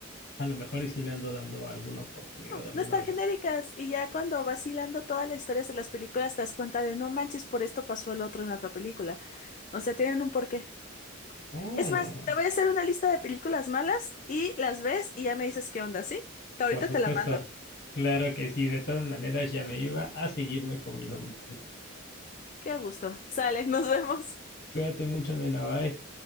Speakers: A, on the left (about 50°); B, on the left (about 35°).
A: a lo mejor y sí le ando dando alguna oportunidad alguna
B: No están
A: vez.
B: genéricas. Y ya cuando vacilando todas las historias de las películas te das cuenta de, no manches, por esto pasó el otro en la otra película. O sea, tienen un porqué.
A: Oh.
B: Es más, te voy a hacer una lista de películas malas y las ves y ya me dices qué onda, ¿sí? Ahorita
A: Por supuesto,
B: te la mando.
A: claro que sí, de todas maneras ya me iba a seguirme comiendo mi pancito.
B: Qué gusto. Sale, nos vemos.
A: Cuídate mucho, nena, bye.